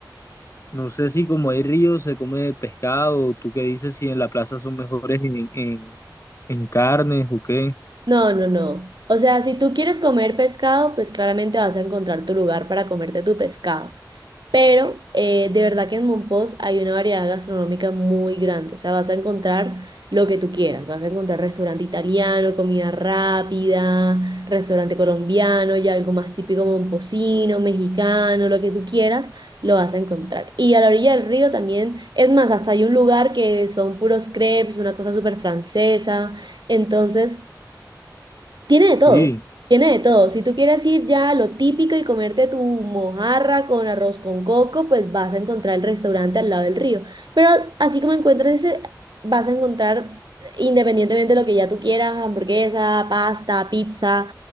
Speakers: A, on the left; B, on the right.
A: no sé si como hay ríos se come pescado, ¿tú qué dices si en la plaza son mejores en, en, en carnes o qué?
B: No, no, no. O sea, si tú quieres comer pescado, pues claramente vas a encontrar tu lugar para comerte tu pescado. Pero eh, de verdad que en Mompox hay una variedad gastronómica muy grande. O sea, vas a encontrar lo que tú quieras. Vas a encontrar restaurante italiano, comida rápida, restaurante colombiano, ya algo más típico momposino, mexicano, lo que tú quieras, lo vas a encontrar. Y a la orilla del río también, es más, hasta hay un lugar que son puros crepes, una cosa súper francesa. Entonces... Tiene de
A: Sí.
B: todo, tiene de todo. Si tú quieres ir ya a lo típico y comerte tu mojarra con arroz con coco, pues vas a encontrar el restaurante al lado del río. Pero así como encuentras ese, vas a encontrar, independientemente de lo que ya tú quieras, hamburguesa, pasta, pizza,